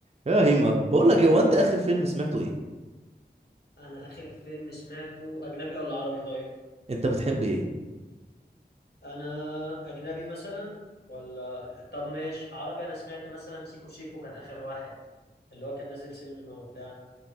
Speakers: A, on the right; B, on the left.
A: يا هيما بقول لك إيه، هو انت اخر فيلم سمعته ايه
B: انا اخر فيلم سمعته اجنبي ولا عربي طيب
A: انت بتحب ايه
B: انا اجنبي مثلا ولا طب ماشي عربي انا سمعت مثلا سيكو سيكو كان اخر واحد اللي هو كان نازل سينما وبتاع